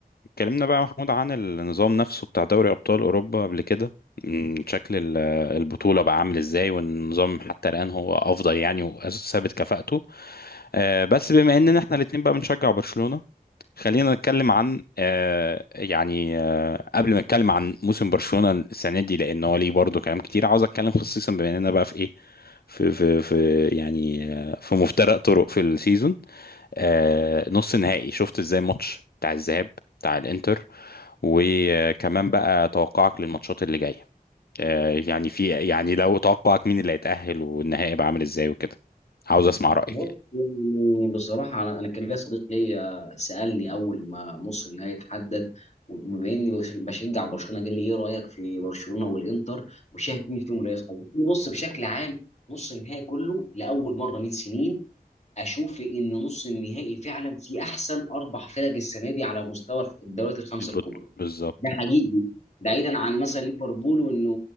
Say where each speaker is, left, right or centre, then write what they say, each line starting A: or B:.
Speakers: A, on the left; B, on the left.
A: اتكلمنا بقى يا محمود عن النظام نفسه بتاع دوري أبطال أوروبا قبل كده أمم، شكل ال- البطولة بقى عامل ازاي والنظام حتى الآن هو أفضل يعني وثابت كفاءته آه، بس بما إننا احنا الاتنين بقى بنشجع برشلونة خلينا نتكلم عن آه، يعني آه، قبل ما نتكلم عن موسم برشلونة السنة دي لأن هو ليه برضه كلام كتير عاوز أتكلم خصيصا بما إننا بقى في إيه في في في يعني آه، في مفترق طرق في السيزون آه، نص نهائي شفت ازاي الماتش بتاع الذهاب بتاع الانتر وكمان بقى توقعك للماتشات اللي جاية آه، يعني في يعني لو توقعك مين اللي هيتأهل والنهائي بقى عامل ازاي وكده عاوز اسمع رأيك
B: بص
A: يعني
B: يعني بصراحة أنا أنا كان ليا صديق ليا سألني أول ما نص النهائي اتحدد وبما إني بش- بشجع برشلونة قال لي إيه رأيك في برشلونة والإنتر وشايف مين فيهم اللي هيصعد؟ قلت له بص بشكل عام نص النهائي كله لأول مرة من سنين أشوف إن نص النهائي فعلا فيه أحسن أربع فرق السنة دي على مستوى الدوريات الخمسة
A: البط-
B: الكبرى
A: بالظبط
B: ده حقيقي بعيدا عن مثلا ليفربول وانه